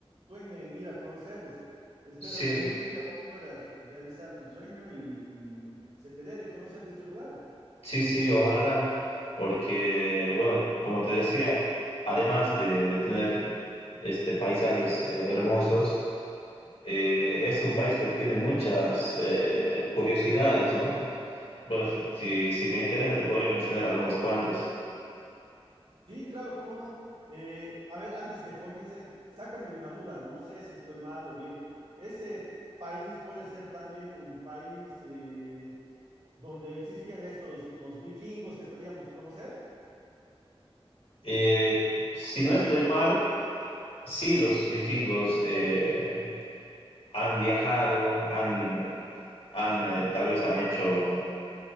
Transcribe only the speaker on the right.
sueña en ir a conocerlos. Espero
que algún día vos puedas realizar tu sueño y, y y se te dé de conocer dicho lugar.
Sí, claro, cómo no. Eh, a ver, antes que comiences, sácame de una duda, no sé si estoy mal o bien. ¿Ese país puede ser también un país eh, donde existían estos, los vikingos que solíamos conocer?